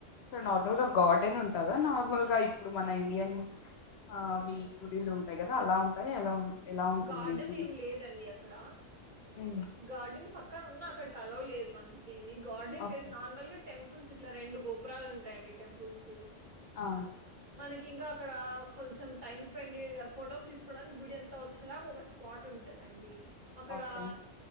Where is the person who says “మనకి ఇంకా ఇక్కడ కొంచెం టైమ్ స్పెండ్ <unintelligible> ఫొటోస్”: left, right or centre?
Right